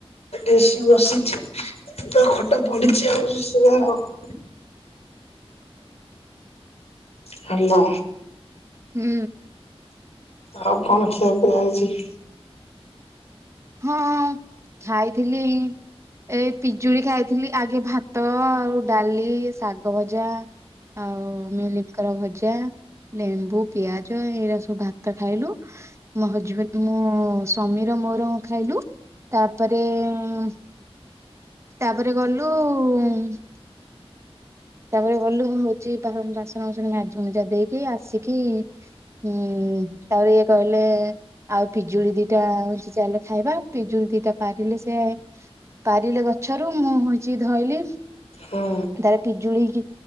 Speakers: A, on the left; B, on the right.
A: ଆସି ବସିଛି। ତ ଖଟ ପଡ଼ିଛି ଆଉ <unintelligible> ହ୍ୟାଲୋ।
B: ହୁଁ।
A: ଆଉ କଣ ଖିଆପିଆ ହେଇଚି?
B: ହଁ, ଖାଇଥିଲିଁ ଏଇ ପିଜୁଳି ଖାଇଥିଲି, ଆଗେ ଭାତ, ଆଉ ଡାଲି, ଶାଗ ଭଜା ଆଉ, ମିଲ୍ ମିକର ଭଜା। ଲେମ୍ବୁ, ପିଆଜ, ଏଇରା ସବୁ ଭାତ ଖାଇଲୁ। ମୋ ହଜ୍ ବେ ମୋ-ଓ, ସ୍ଵାମୀର ମୋର ଖାଇଲୁ। ତା'ପରେ-ଏଁ ତା'ପରେ ଗଲୁଁ-ଉ-ଉଁମ୍ ତା'ପରେ ଗଲୁଁ ହଉଛି, ବା-ବାସନ ବାସନ ମାଜି ମୁଜା ଦେଇକି, ଆସିକି-ଇ ହୁଁ, ତା'ପରେ ଇଏ କହିଲେଁ ଆଉ ପିଜୁଳି ଦିଟାଁ ସେ ଚାଲ ଖାଇବା। ପିଜୁଳି ଦିଟା ପାରିଲେ ସେଁ ପାରିଲେ ଗଛରୁ, ମୁଁ ହଉଛି ଧଇଲି।
A: ହୁଁ।
B: ତାର ପିଜୁଳିକି,